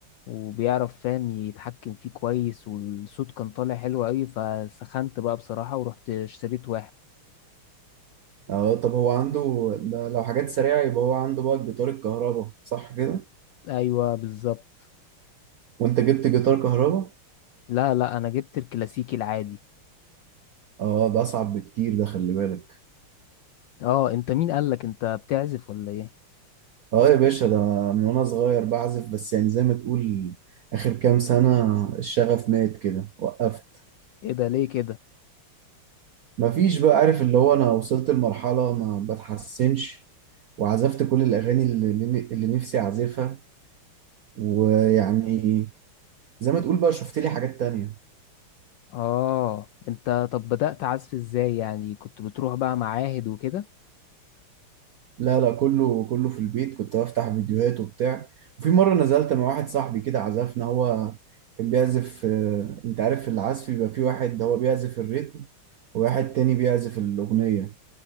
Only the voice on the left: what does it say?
وبيعرف فاهم يتحكم فيه كويس والصوت كان طالع حلو قوي فسخنت بقى بصراحة ورحت اشتريت واحد
ايوه بالظبط
لا لا انا جبت الكلاسيكي العادي
اه انت مين قالك انت بتعزف ولا ايه
ايه ده ليه كده
اه انت طب بدأت عزف ازاي يعني كنت بتروح بقى معاهد وكده